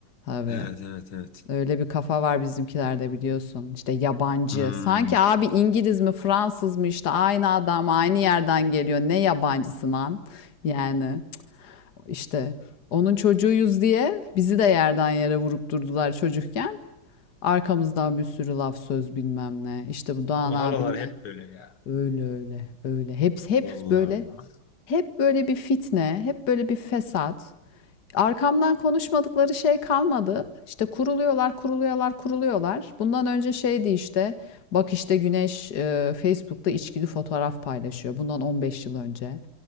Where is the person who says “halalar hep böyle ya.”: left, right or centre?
Left